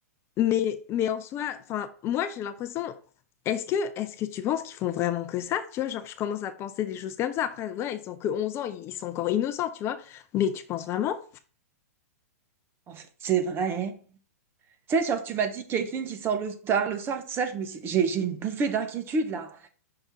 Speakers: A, on the left; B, on the right.
A: Mais, mais en soi, enfin, moi j'ai l'impression, est-ce que, est-ce que tu penses qu'ils font vraiment que ça? Tu vois, genre je commence à penser des choses comme ça. Après, ouais, ils ont que 11 ans, ils, ils sont encore innocents, tu vois. Mais tu penses vraiment?
B: En fait, c'est vrai. Tu sais, genre, tu m'as dit Caitlyn qui sort le tard le soir, tout ça, je me suis... j'ai, j'ai une bouffée d'inquiétude, là.